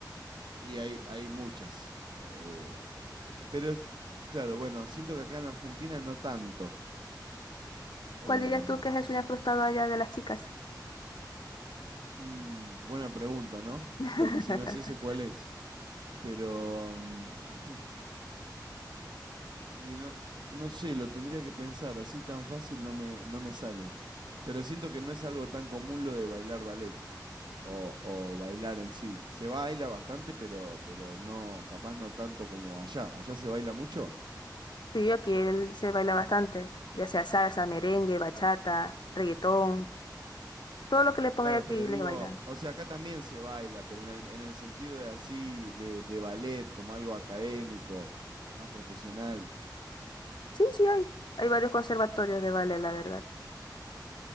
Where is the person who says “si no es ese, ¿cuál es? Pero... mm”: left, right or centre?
Right